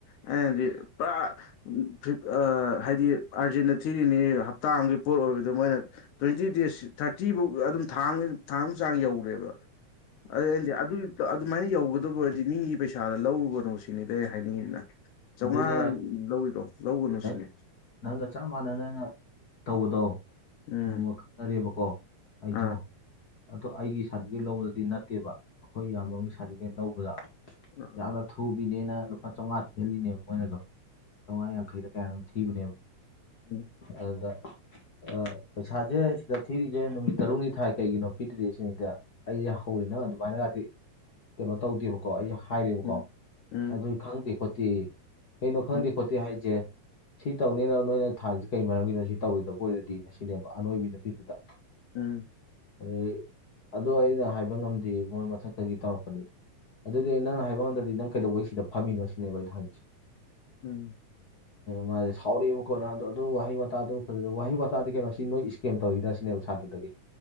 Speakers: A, on the left (about 75°); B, on the left (about 45°).
A: ꯑꯩ ꯍꯥꯏꯗꯤ ꯄꯨꯔꯥ ꯎꯝ ꯐꯤꯚ ꯑꯥ ꯍꯥꯏꯗꯤ ꯑꯥꯔꯖꯦꯟꯗ ꯊꯤꯔꯤꯅꯤ ꯍꯞꯇꯥ ꯑꯃꯒꯤ ꯄꯣꯠ ꯑꯣꯏꯕꯗꯣ ꯃꯣꯏꯅ ꯇ꯭ꯋꯦꯟꯇꯤ ꯗꯦꯖ ꯊꯥꯔꯇꯤ ꯕꯨꯛ ꯑꯗꯨꯝ ꯊꯥ ꯑꯃꯒꯤ ꯊꯥ ꯑꯃ ꯆꯥꯡ ꯌꯧꯒ꯭ꯔꯦꯕ ꯑꯗꯩꯗꯤ ꯑꯗꯨꯏ ꯇꯣ ꯑꯗꯨꯃꯥꯏꯅ ꯌꯧꯒꯗꯕ ꯑꯣꯏꯔꯗꯤ ꯃꯤꯒꯤ ꯄꯩꯁꯥꯗꯣ ꯂꯧꯒꯅꯣ ꯁꯤꯅꯤꯗ ꯑꯩ ꯍꯥꯏꯅꯤꯡꯉꯤꯖꯤꯅ ꯆꯧꯉꯥ
B: ꯑꯗꯨꯅꯦ ꯑꯩ
A: ꯂꯧꯔꯤꯗꯣ ꯂꯧꯒꯅꯨ
B: ꯅꯪ
A: ꯁꯤꯅꯤ
B: ꯅꯪꯒ ꯆꯞ ꯃꯥꯟꯅꯅꯉ ꯇꯧꯕꯗꯣ
A: ꯎꯝ
B: ꯅꯣꯡꯃ ꯇꯥꯔꯦꯕꯀꯣ ꯑꯩꯖꯨ
A: ꯑꯥ
B: ꯑꯗꯣ ꯑꯩꯒꯤ ꯁꯥꯔꯇꯤꯐꯤꯒꯦꯠ ꯂꯧꯕꯗꯨꯗꯤ ꯅꯠꯇꯦꯕ ꯑꯈꯣꯏ ꯏꯌꯥꯝꯕ
A: ꯎꯝ
B: ꯑꯃꯒꯤ ꯁꯥꯔꯇꯤꯐꯤꯒꯦꯠ ꯂꯧꯕꯗ
A: ꯑꯥ
B: ꯌꯥꯝꯅ ꯊꯨꯕꯤꯅꯦꯅ ꯂꯨꯄꯥ ꯆꯧꯉꯥ ꯊꯤꯍꯜꯂꯤꯅꯦꯕ ꯃꯣꯏꯅꯖꯨ ꯆꯧꯉꯥ ꯌꯥꯡꯈꯩꯔ ꯀꯌꯥꯅꯣꯝ ꯊꯤꯕꯅꯦꯕ
A: ꯎꯝ
B: ꯑꯗꯨꯗ ꯑꯥ ꯄꯩꯁꯥꯖꯦ ꯁꯤꯗ ꯊꯤꯔꯤꯖꯦ ꯅꯨꯃꯤꯠ ꯇꯔꯨꯛꯅꯤ ꯊꯥꯏ ꯀꯩꯒꯤꯅꯣ ꯄꯤꯗ꯭ꯔꯤ ꯁꯤꯅꯤꯗ ꯑꯩꯖꯦ ꯍꯧꯔꯦ ꯅꯪ ꯑꯗꯨꯃꯥꯏꯅꯒꯥꯗꯤ ꯀꯩꯅꯣ ꯇꯧꯗꯦꯕꯀꯣ ꯑꯩꯖꯦ ꯍꯥꯏꯔꯦꯕꯀꯣ
A: ꯎꯝ ꯎꯝ
B: ꯑꯗꯨꯏ ꯈꯪꯗꯦ ꯈꯣꯠꯇꯦ ꯀꯩꯅꯣ ꯈꯪꯗꯦ
A: ꯎꯝ
B: ꯈꯣꯠꯇꯦ ꯍꯥꯏꯖꯦ ꯁꯤ ꯇꯧꯅꯦꯅ ꯅꯣꯏꯅ ꯊꯥꯏꯖꯦ ꯀꯩ ꯃꯔꯝꯒꯤꯅꯣ ꯁꯤ ꯇꯧꯔꯣꯏꯗꯕ ꯑꯣꯏꯔꯗꯤ ꯁꯤꯅꯦꯕ ꯑꯅꯣꯏꯕꯤ ꯅꯨꯄꯤꯗꯨꯗ
A: ꯎꯝ
B: ꯑꯗꯒꯤ ꯑꯗꯣ ꯑꯩꯅ ꯍꯥꯏꯕ ꯉꯝꯗꯦ ꯃꯣꯏ ꯃꯊꯛꯇꯒꯤ ꯇꯧꯔꯛꯄꯅꯦ ꯑꯗꯨꯗꯤ ꯅꯪꯅ ꯍꯥꯏꯕ ꯉꯝꯗ꯭ꯔꯗꯤ ꯅꯪ ꯀꯩꯗꯧꯕꯩ ꯁꯤꯗ ꯐꯝꯃꯤꯅꯣ ꯁꯤꯅꯦꯕ ꯑꯩꯩꯅ ꯍꯪꯉꯤꯁꯦ
A: ꯎꯝ
B: ꯃꯥꯖꯦ ꯁꯥꯎꯔꯛꯑꯦꯕ ꯀꯣ ꯅ ꯑꯗꯨ ꯑꯗꯨ ꯋꯥꯍꯩ ꯋꯥꯇꯥꯗꯨ ꯐꯖ ꯋꯥꯍꯩ ꯋꯥꯇꯥꯗꯤ ꯀꯩꯅꯣ ꯁꯤ ꯅꯣꯏ ꯏꯁꯀꯦꯝ ꯇꯧꯔꯤꯔ ꯁꯤꯅꯦꯕ ꯁꯥꯇ꯭ꯔꯗꯒꯤ